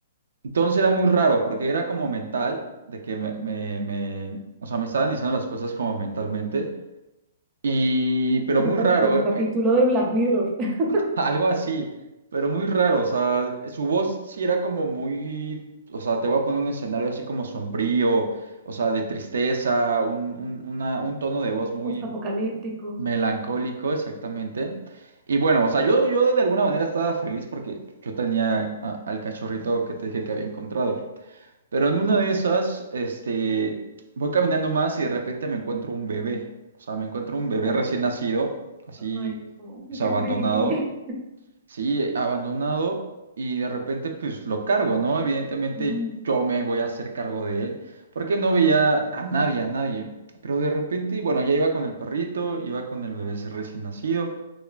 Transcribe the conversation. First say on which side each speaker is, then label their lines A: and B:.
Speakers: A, on the right (about 85°); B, on the right (about 20°).
A: Entonces era muy raro porque era como mental, de que me, me, me- o sea, me estaban diciendo las cosas como mentalmente. Y, pero
B: eso
A: muy
B: parece
A: raro.
B: un capítulo de Black Mirror, <laughs>
A: <laughs> Algo así, pero muy raro, o sea, su voz sí era como muy, o sea, te voy a poner un escenario así como sombrío, o sea, de tristeza, un, un- una- un tono de voz muy
B: postapocalíptico.
A: melancólico, exactamente. Y bueno, o sea, yo, yo de alguna manera estaba feliz porque yo tenía a- al cachorrito que te dije que había encontrado. Pero en una de esas, este, voy caminando más y de repente me encuentro un bebé, o sea, me encuentro un bebé
B: Oh,
A: recién nacido, así,
B: oh, ay, no,
A: pues
B: qué
A: abandonado.
B: friki.
A: Sí, eh, abandonado y de repente pues lo cargo, ¿no? Evidentemente
B: <laughs> Ujú,
A: yo me voy a hacer cargo de él porque no veía a nadie, a nadie. Pero de repente, bueno, ya iba con el perrito, iba con el bebé recién nacido